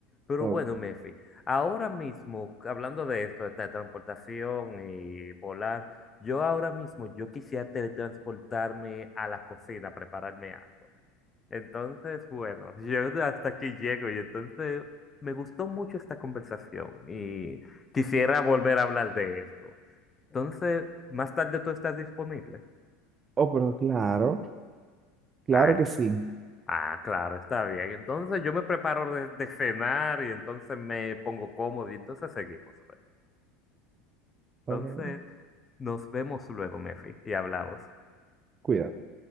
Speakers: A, on the left (about 15°); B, on the right (about 20°).
A: Pero
B: Oh,
A: bueno, Mefi, ahora mismo, hablando de esto, de transportación y volar. Yo ahora mismo, yo quisiera teletransportarme a la cocina, a prepararme algo. Entonces, bueno, <laughs> yo hasta aquí llego y entonces me gustó mucho esta conversación y quisiera volver a hablar de esto. Entonces, más tarde tú estás disponible.
B: oh, pero claro. Claro
A: Ah,
B: que sí.
A: ah, claro, está bien. Entonces yo me preparo de, de cenar y entonces me pongo cómodo y entonces seguimos luego. Entonces,
B: Ok,
A: nos vemos luego, Mefi, y hablamos.
B: Cuídate.